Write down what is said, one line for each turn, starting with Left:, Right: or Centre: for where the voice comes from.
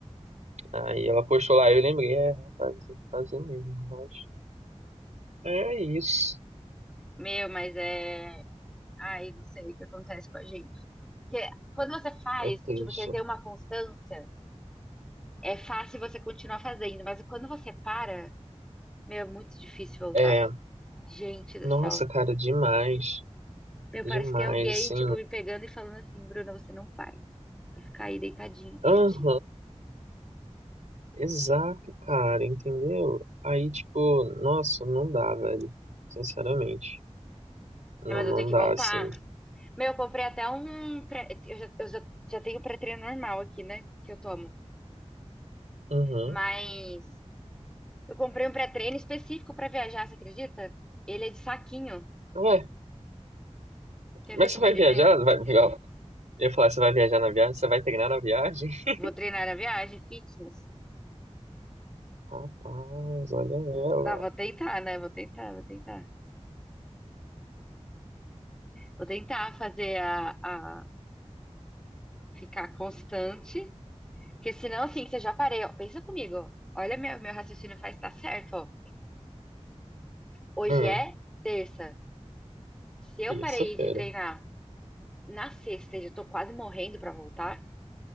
Right: Aí ela postou lá, eu lembrei, é, rapaz, tem que fazer mesmo, mas. É isso.
Centre: Meu, mas é. Ai, não sei o que acontece com a gente. Porque quando você faz,
Right: É triste.
Centre: tipo, você tem uma constância, é fácil você continuar fazendo, mas quando você para, meu, é muito difícil voltar.
Right: É,
Centre: Gente do
Right: Nossa,
Centre: céu.
Right: cara, demais.
Centre: Meu,
Right: Demais,
Centre: parece que é alguém,
Right: assim.
Centre: tipo, me pegando e falando assim, Bruna, você não vai. Vai ficar aí deitadinho,
Right: Aham,
Centre: quietinho.
Right: exato, cara, entendeu? Aí, tipo, nossa, não dá, velho. Sinceramente, não,
Centre: É, mas
Right: não
Centre: eu tenho que
Right: dá,
Centre: voltar.
Right: assim.
Centre: Meu, eu comprei até um. Pré... Eu, já, eu já, já tenho um pré-treino normal aqui, né? Que eu tomo.
Right: Uhum.
Centre: Mas eu comprei um pré-treino específico pra viajar, você acredita? Ele é de saquinho.
Right: Ué,
Centre: Quer
Right: mas
Centre: ver como
Right: você vai
Centre: ele
Right: viajar?
Centre: vem?
Right: Vai, eu ia falar, você vai viajar na viagem? Você vai treinar na viagem? <laughs>
Centre: Vou treinar a viagem, fitness.
Right: Rapaz, olha ela.
Centre: Não, vou tentar, né? Vou tentar, vou tentar. Vou tentar fazer a, a ficar constante Porque senão, assim, que você já parei. ó, Pensa comigo. Olha, meu, meu raciocínio faz tá certo, ó. Hoje
Right: Hum,
Centre: é terça. Se eu
Right: isso,
Centre: parei
Right: fera.
Centre: de treinar na sexta e eu tô quase morrendo pra voltar,